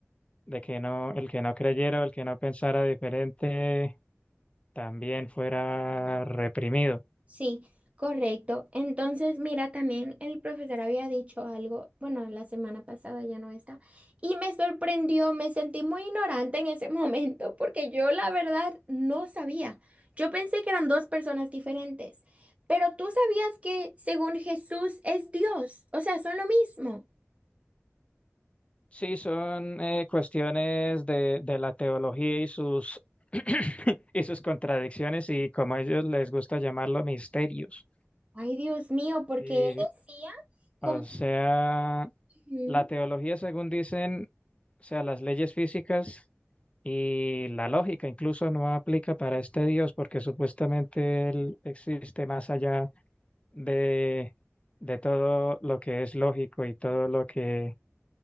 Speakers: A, on the left (about 25°); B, on the right (about 25°).
A: de que no, el que no creyera o el que no pensara diferente también fuera reprimido.
B: Sí, correcto. Entonces, mira, también el profesor había dicho algo, bueno, la semana pasada ya no está, y me sorprendió, me sentí muy ignorante en ese <laughs> momento, porque yo la verdad no sabía. Yo pensé que eran dos personas diferentes, pero tú sabías que según Jesús es Dios, o sea, son lo mismo.
A: Sí, son eh, cuestiones de, de la teología y sus, <coughs> <clears throat> y sus contradicciones y como a ellos les gusta llamarlo misterios.
B: Ay, Dios mío, porque
A: Sí,
B: él decía como...
A: o sea,
B: Ujú,
A: la teología, según dicen, o sea, las leyes físicas y la lógica incluso no aplica para este Dios porque supuestamente él existe más allá de, de todo lo que es lógico y todo lo que,